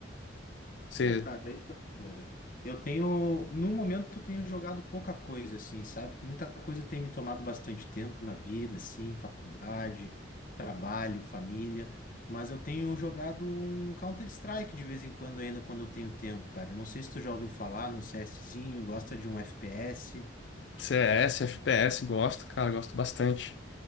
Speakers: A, on the left; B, on the left.
A: Você
B: Pô, cara,
A: C-
B: então, velho, eu tenho, no momento, eu tenho jogado pouca coisa, assim, sabe? Muita coisa tem me tomado bastante tempo na vida, assim, faculdade, trabalho, família, mas eu tenho jogado um Counter-Strike de vez em quando ainda, quando eu tenho tempo, cara. Não sei se tu já ouviu falar num CSzinho, gosta de um FPS.
A: CS, FPS, gosto, cara, gosto bastante.